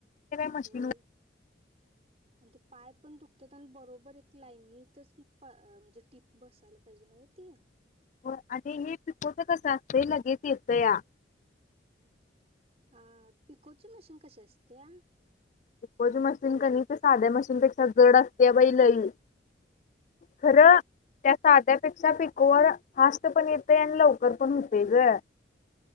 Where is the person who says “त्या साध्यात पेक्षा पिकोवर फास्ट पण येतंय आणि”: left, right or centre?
Left